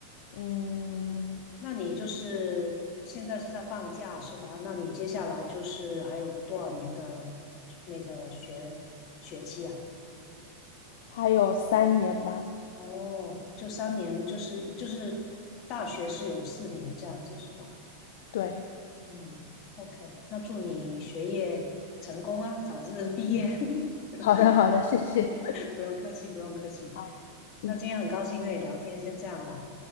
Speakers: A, on the left; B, on the left.
A: 嗯，
B: 嗯，那你就是现在是在放假是吧？那你接下来就是还有多少年的那个学学期啊？
A: 还有三年吧。
B: 哦，就三年，就是就是大学是有四年这样子是吧？
A: 对，
B: 嗯，OK，那祝你学业成功啊，早日毕业。
A: 嗯，
B: <laughs>
A: 好的好的，谢谢。
B: 不用客气，不用客气。
A: 好，
B: 那今天很高兴跟你聊天，
A: 嗯
B: 先这样了。